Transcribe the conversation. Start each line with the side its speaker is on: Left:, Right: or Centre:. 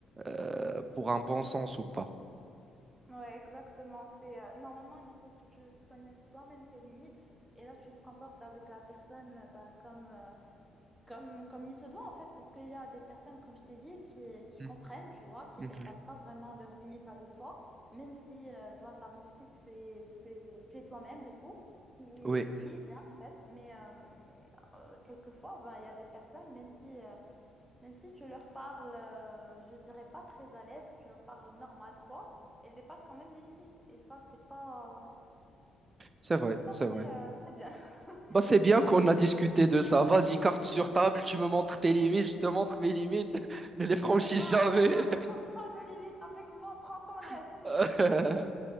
Right: euh, pour un bon sens ou pas.
Centre: Ouais, exactement. C'est euh, normalement il faut que tu connaisses toi-même tes limites et là tu te comportes avec la personne euh, ben, comme euh, comme comme il se doit en fait parce qu'il y a des personnes comme je t'ai dit qui qui
Right: Mhm,
Centre: comprennent tu vois qui
Right: mhm.
Centre: dépassent pas vraiment leurs limites avec toi même si euh, voilà même si tu es tu es tu es toi-même et tout ce qui
Right: Oui,
Centre: est, ce qui est bien en fait mais euh, euh, quelquefois ben il y a des personnes même si euh, même si tu leur parles, euh, je dirais pas très à l'aise, tu leur parles normal, quoi, elles dépassent quand même les limites. Et ça, c'est pas,
Right: c'est
Centre: ça,
Right: vrai,
Centre: c'est pas
Right: c'est
Centre: très,
Right: vrai.
Centre: euh, très bien. <laughs>
Right: Bah, c'est bien
Centre: Tu vois?
Right: qu'on a discuté de ça. Vas-y, carte sur table, tu me montres tes limites, je te montre mes limites. <laughs> Ne les franchis
Centre: Eh ben,
Right: jamais.
Centre: ça- non, écoute pas de limite avec moi, prends ton aise,
Right: <laughs>
Centre: fais- dis ce que tu veux.